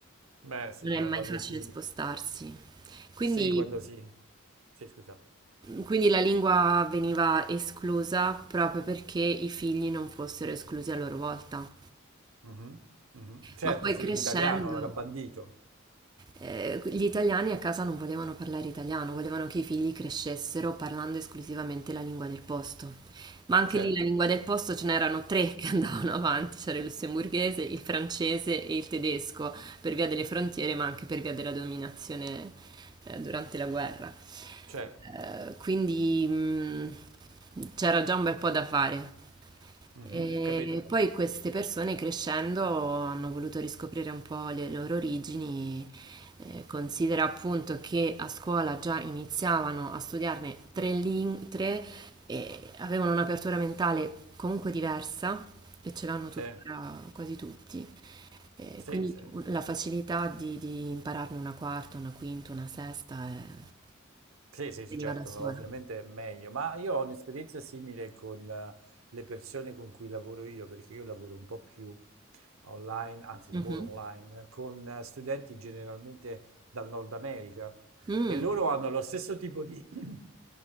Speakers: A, on the right (about 85°); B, on the right (about 20°).
A: Beh, sì,
B: non è
A: ma
B: mai
A: quando
B: facile
A: si...
B: spostarsi. Quindi
A: Sì, quando si... Sì, scusa.
B: quindi la lingua veniva esclusa proprio perché i figli non fossero esclusi a loro volta.
A: Mhm, mhm. Certo,
B: Ma poi
A: sì,
B: crescendo,
A: l'italiano era bandito.
B: eh, gli italiani a casa non volevano parlare italiano, volevano che i figli crescessero parlando esclusivamente la lingua del posto. Ma anche
A: Certo,
B: lì la lingua del posto ce n'erano tre che <laughs> andavano avanti, c'era il lussemburghese, il francese e il tedesco, per via delle frontiere, ma anche per via della dominazione eh, durante la guerra.
A: certo.
B: Eh, quindi mh, c'era già un bel po' da fare.
A: Mhm,
B: E
A: Capito?
B: poi queste persone crescendo hanno voluto riscoprire un po' le loro origini. Eh, considera appunto che a scuola già iniziavano a studiarne tre lingue, tre, e avevano un'apertura mentale comunque diversa e ce l'hanno tuttora
A: Sì,
B: quasi tutti. Eh,
A: sì,
B: quindi
A: sì.
B: la facilità di, di impararne una quarta, una quinta, una sesta eh,
A: Sì, sì,
B: veniva
A: sì, certo,
B: da sola.
A: ovviamente è meglio, ma io ho un'esperienza simile con eh, le persone con cui lavoro io, perché io lavoro un po' più online, anzi lavoro
B: Mhm.
A: online, con eh, studenti generalmente dal Nord America
B: Mm.
A: e loro hanno lo stesso tipo di, <clears throat>